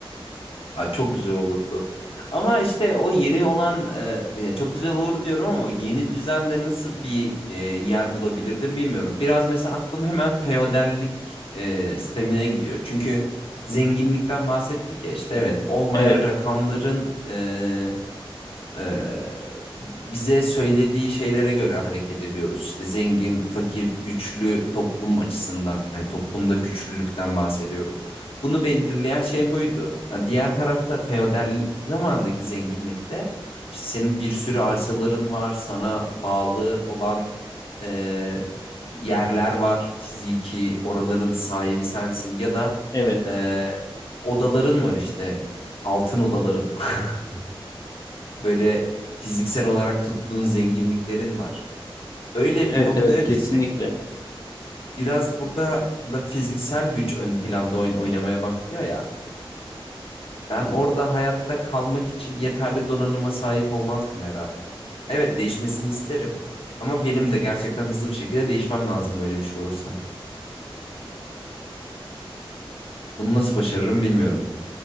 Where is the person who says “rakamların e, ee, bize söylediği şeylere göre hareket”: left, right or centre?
Left